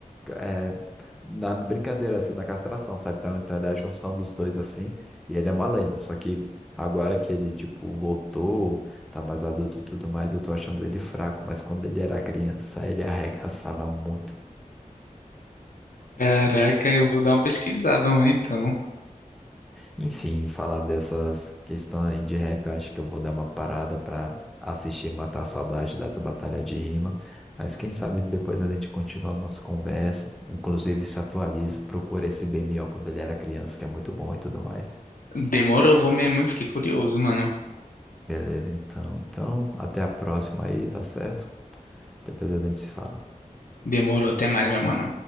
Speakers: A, in the centre; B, on the left.
A: é, na brincadeira, assim, na castração, sabe? Então, então ele é a junção dos dois, assim, e ele é uma lenda. Só que agora que ele, tipo, voltou, tá mais adulto e tudo mais, eu tô achando ele fraco, mas quando ele era criança, ele arregaçava muito.
B: Caraca, eu vou dar uma pesquisada, mano, então.
A: Enfim, falar dessas questões de rap, eu acho que eu vou dar uma parada para assistir e matar a saudade dessa batalha de rima. Mas quem sabe depois a gente continua a nossa conversa. Inclusive, se atualiza, procura esse BMO quando ele era criança, que é muito bom e tudo mais.
B: Demorou, vou mesmo, hein? fiquei curioso, mano.
A: Beleza, então. Então, até a próxima aí, tá certo? Depois a gente se fala.
B: Demorou, até mais, meu mano.